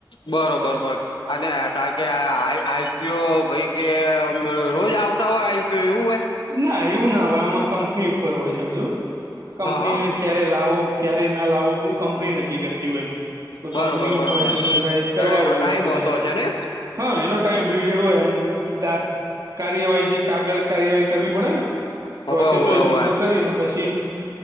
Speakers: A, on the left; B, on the right.
A: બરોબર બરબર અને તા કે આઈપીઓ કે રોજ આવતા હોય આવી રીતે એવું બને
B: ના એવું ના હોય આમાં કંપની ઉપર હોય છે બધું કંપનીને
A: હા હા
B: ક્યારે લાવું. ક્યારે ના લાવવ બધું કંપની નક્કી કરતી હોય એમ કોઈ
A: બરોબર
B: કંપની
A: બરોબર
B: હોય એ રાઈઝ કરવા
A: એટલે એનો
B: હોય
A: ટાઈમ
B: એમના પૈસા
A: હોતો છે ને
B: હા એનો ટાઈમ પડેને
A: હોવે
B: પ્રોસેસ
A: હોવે
B: હોય
A: હોવે
B: બધી તો કરીને પછી